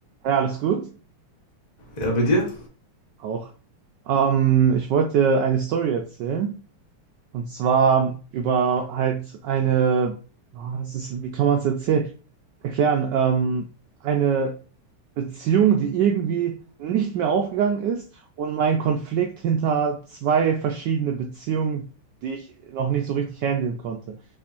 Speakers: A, on the right (about 85°); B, on the left (about 35°).
A: Ja, alles gut.
B: Ja, bei dir?
A: Auch. Ähm, ich wollte eine Story erzählen. Und zwar über halt eine, ah, das ist, wie kann man es erzählen? Erklären. Ähm, eine Beziehung, die irgendwie nicht mehr aufgegangen ist und mein Konflikt hinter zwei verschiedene Beziehungen, die ich noch nicht so richtig handeln konnte.